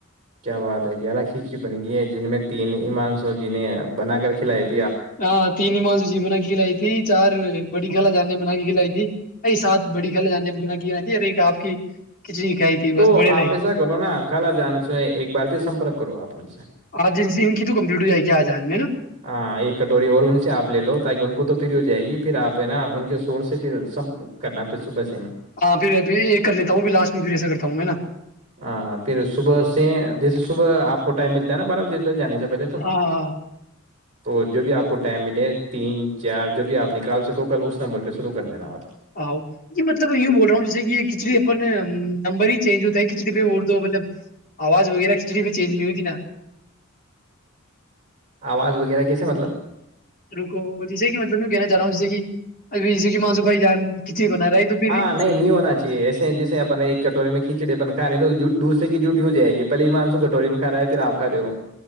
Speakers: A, on the right; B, on the left.
A: کیا بات ہے گیارہ کھچڑی بن گئی ہے جن میں تین ایمانسو جن نے بنا کر کھلائے تھے
B: ہاں تین ہی مس جی منا ک لئی تھی چار بڑی کلا جانے بنا کے کھلائی تھی ا سات بڑی کلا جانے ک کھیائی تھی ار ایک آپ کی کھچڑی کھائی تھی بس
A: تو
B: بڑے لگے
A: آپ ایسا کرو نا کل آ جان س ایک بار سے سپرک کرو اپ سے
B: آج ان ان کی تو کمپلیٹ ہو جائے گی آج آج میں نا
A: ہاں ایک کٹور ون سے آ ل لوگ کہ ان کو تو پھر ہو جائے گی پھر آپ ہیں نا ان کے شور سے پھر سم کرنا پھر صبح سے ہی
B: ہاں پھرھر یہ کر لیتا ہوں پھر لاسٹ میں پھر ایسا کرتا ہوں میں نا
A: ہاں پھر صبح سے جیسے صبح آپ کو ائم مل ہے ن بارا جانے چ پہلے تو
B: ہاں ہاں
A: تو جو بھی آپ کو ٹائم ملے تین چار جو بھی آپ نکال سکو کل اس نمبر پہ شروع کر دینا
B: آ یہ مطلب یوں بول رہا ہوں جیسے کہ کھچڑی اپن نمبر ہی چینج ہوتا ہے کھچڑی پہ اور دو مطلب آواز وغیرہ کھچڑی پہ چینج نہیں ہوتی نا
A: آواز وغیرہ کیسے مطلب
B: رکو جیسے کہ مطلب میں کہنا چاہ رہا ہوں جیسے کہ اب جیسے کہ مانسو بھائی جان بنا رہا ہے تو پھر
A: ہاں
B: اس-
A: نہیں نہیں ہونا چاہیے ایسے جیسے اپن ایک کٹورے میں کھیچڑی اپن ک رہی جٹ دوسر کی جھٹ ہو جائے گی پہے ای مانسو کٹوری میں کھا ہے پھر آپھ رہے ہو